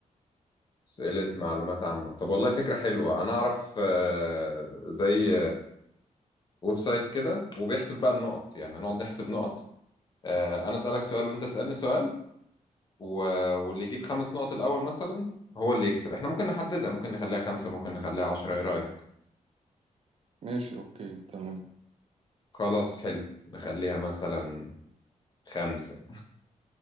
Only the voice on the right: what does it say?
ماشي أوكي تمام